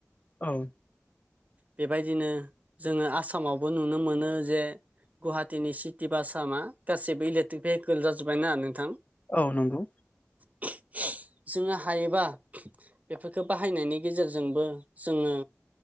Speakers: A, on the left; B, on the right.
A: औ
B: बेबायदिनो जोङो आसामावबो नुनो मोनो जे गुवाहाटिीनि सिटि बाास मा गासैबो इलेकट्रिक भेहिकेल जाजोब्बायना नोंथां
A: औ नंगौ
B: <unintelligible> जोङो हायोबा बेफोरफोरखो बाहायनायनि गेजेरजोंबो जोङो